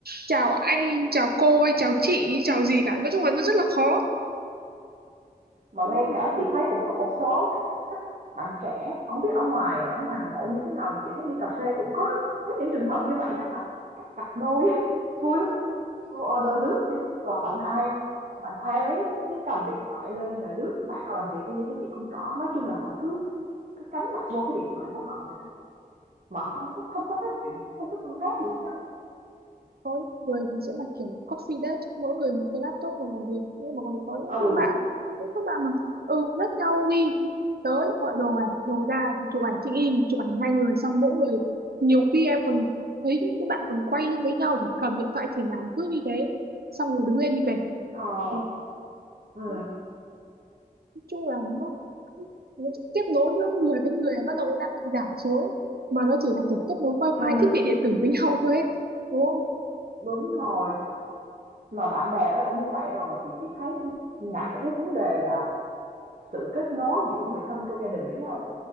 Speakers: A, on the right; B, on the right.
A: chào anh chào cô hay chào chị chào gì cả nói chung là nó rất là khó
B: mà
A: đúng
B: ngay
A: không
B: cả chị thấy cũng có một số các, các bạn trẻ không biết ở ngoài ở ngoài Hà Nội như thế nào mà chị thấy đi cà phê cũng có cũng có những trường hợp như vậy nha Thảo các cặp đôi <laughs> vui lắm cô order nước nha rồi mạnh ai mạnh ai lấy cái cầm điện thoại lên là lướt mạng họ làm việc cái gì đó chị không rõ nói chung là họ cứ cứ cắm mặt vô cái điện thoại của họ vậy đó mà không có không có nói chuyện cũng không có tương tác gì với nhau
A: có những người thì sẽ là kiểu coffee desk mỗi người một cái laptop và làm việc nhưng mà còn có những
B: ừ
A: cái bạn những các bạn mà ừ rất nhau đi tới gọi đồ này đồ ra chụp ảnh check in chụp ảnh hai người xong mỗi người nhiều khi em còn thấy những cái bạn còn quay lưng với nhau để cầm điện thoại chỉnh ảnh cứ như thế xong rồi đứng lên đi về
B: ờ
A: Ôi,
B: ừ
A: thế nói chung là nó, nó kết nối giữa người với người bắt đầu nó đang bị giảm xuống mà nó chỉ là kiểu kết nối wifi
B: ừ
A: thiết bị điện tử với nhau thôi ấy. đúng không
B: đúng rồi mà bạn bè nó đã như vậy rồi mà chị chỉ thấy ngại cái vấn đề là sự kết nối giữa người thân trong gia đình với nhau